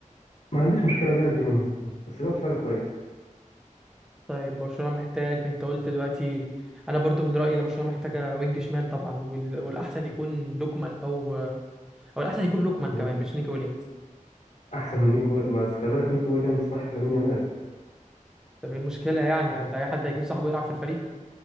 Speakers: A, on the left (about 55°); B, in the centre.
A: ما عنديش مشكله بيع ديونج بس جاب سعر كويس
B: طيب برشلونة محتاج انت قلت دلوقتي انا برضو من رأيي ان برشلونة محتاجة وينج شمال طبعا وال... والاحسن يكون لوكمان او او الاحسن يكون لوكمان
A: هو
B: كمان
A: نيك-
B: مش نيكي ويليامز
A: احسن من نيكو بس خلي بالك نيكو ويليامز صاحب لامين يامال
B: طب ايه المشكلة يعني ما انت اي حد هيجيب صاحبه يلعب في الفريق